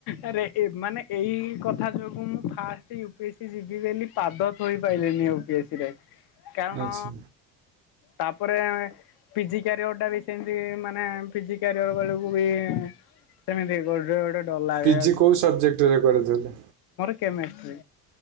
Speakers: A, on the left; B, on the right.
A: ଆରେ ଏ ମାନେ ଏଇ କଥା ଯୋଗୁଁ ମୁଁ first U P S C ଯିବି ବୋଲି ପାଦଥୋଇ ପାଇଲିନି ୟୁ ପି ଏସ୍ ସି ରେ। କାରଣ
B: ଆଚ୍ଛା
A: ତାପରେଁ ପି ଜି କ୍ୟାରିୟର ଟା ବି ସେମିତି ମାନେ ପି ଜି କ୍ୟାରିୟର ବେଳକୁ ବି ସେମିତି ଗୋଟେ ଗୋଟେ ଡର ଲାଗେ
B: ପି ଜି କୋଉ ସବ୍ ଜେକ୍ଟରେ କରିଥିଲେ?
A: କେମେଷ୍ଟ୍ରୀ।